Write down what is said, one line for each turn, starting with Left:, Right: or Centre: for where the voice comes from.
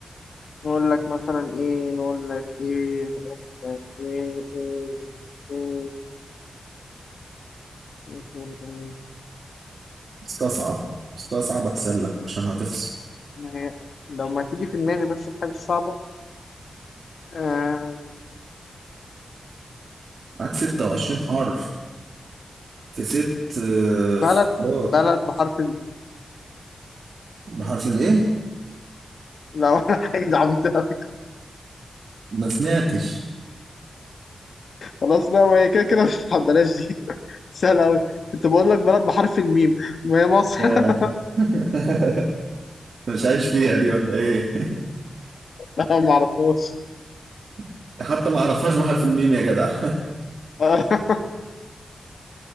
Left: نقول لك مثلا ايه نقول لك ايه نقول لك ايه ايه ايه, إيه.
Right: استصعب استصعب احسن لك عشان هتخسر
Left: ما هي لو ما تيجي في دماغي بس الحاجة الصعبة آه
Right: معاك 26 حرف في ست آه،
Left: بلد
Right: خيارات
Left: بلد بحرف الميم
Right: بحرف الايه
Left: لا ولا حاجة دي عبيطة أوي
Right: ما سمعتش
Left: خلاص لا ما هي كده كده مش بلاش دي <laughs> سهلة أوي كنت بقول لك بلد بحرف الميم ما هي مصر
Right: يا.
Left: <laughs>
Right: <laughs> مش عايش فيها دي ولا ايه
Left: لا ما أعرفهاش
Right: <laughs> حتى ما اعرفهاش بحرف الميم يا جدع <laughs>
Left: <laughs>